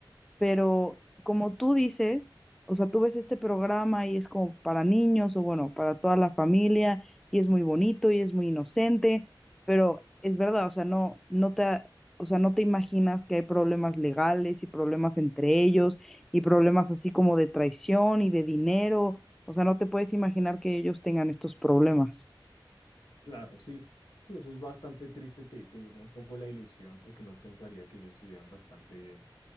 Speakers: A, in the centre; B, on the left (about 65°).
A: pero como tú dices, o sea, tú ves este programa y es como para niños o bueno, para toda la familia y es muy bonito y es muy inocente, pero es verdad, o sea, no, no te, o sea, no te imaginas que hay problemas legales y problemas entre ellos y problemas así como de traición y de dinero, o sea, no te puedes imaginar que ellos tengan estos problemas.
B: Claro, sí. Sí, eso es bastante triste, te, te merma un poco la ilusión porque no pensaría que ellos se llevan bastante bien.